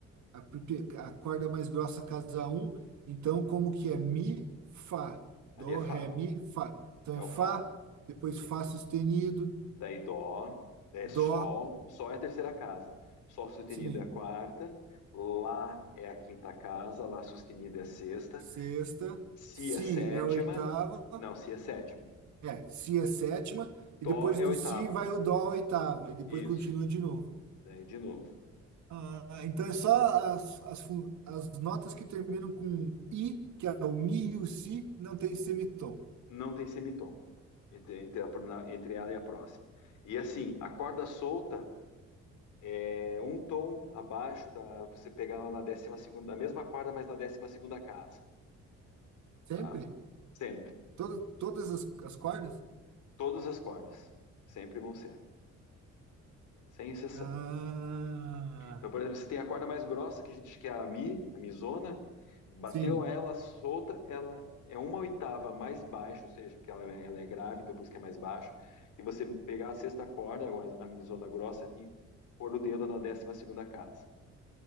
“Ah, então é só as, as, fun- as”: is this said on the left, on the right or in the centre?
Right